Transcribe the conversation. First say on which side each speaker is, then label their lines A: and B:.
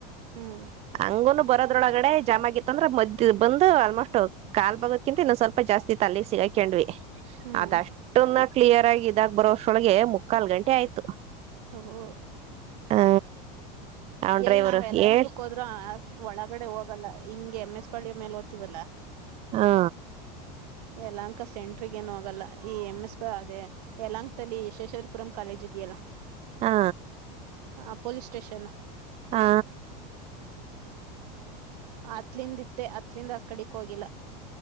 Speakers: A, on the right (about 75°); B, on the right (about 30°).
A: ಹ್ಮ್
B: ಹಂಗ ಬರದ. ಅದ್ರೊಳಗಡೆ ಜಾಮ್ ಆಗತ್ತು ಅಂದ್ರೆ ಮದ್ದ ಬಂದು ಆಲ್ಮೋಸ್ಟ್ ಕಾಲ್ ಬಗೋದಕಿಂತ ಇನ್ನ ಸ್ವಲ್ಪ ಜಾಸ್ತಿ ಇತ್ತು ಅಲ್ಲಿಗ್ ಸಿಗಾಕಂಡ್ವಿ.
A: ಹ್ಮ್
B: ಅದಷ್ಟನ್ನ ಕ್ಲಿಯರ್ ಆಗಿ ಇದಾಗ ಬರೋಷ್ಟೊಳಗೆ ಮುಕ್ಕಾಲ್ ಗಂಟೆ ಆಯ್ತು.
A: ಹ.
B: ಆ ಅವನ್ ಡ್ರೈವರು
A: ಎಲ್ ನಾವ್ ಎಲ್ಲಂದ
B: ಹೇಳ್
A: ಕುೂಕ್ಕ ಹೋದ್ರು ಅಷ್ಟ ಒಳಗಡೆ ಹೋಗಲ್ಲ ಹಿಂಗಗೆ ಎಮ್ ಎಸ್. ಪ್ಪಳಿಯ ಮೇಲೆ ಓದ್ತವಲ್ಲ.
B: ಹಾ.
A: ಯಲಾಂಕ ಸೆಂಟ್ರಗ ಏನು ಹೋಗಲ್ಲ ಈ ಎಂ ಎಸ್ ಪ ಅದೇ ಯಲಾಂಕ್ಲ್ಲಿ ಯಶೇಶ್ವರಪುರಂ ಕಾಲೇಜ್. ಇಲ್ಲ.
B: ಹಾ.
A: ಹ ಪೊಲೀಸ್ ಸ್ಟೇಷನ್.
B: ಹಾ.
A: ಆತ್ಲಿಂದಿತ್ತೆ ಅತ್ಲಿಂದ ಅ ಕಡಿಕ ಹೋಗಿಲ್ಲ.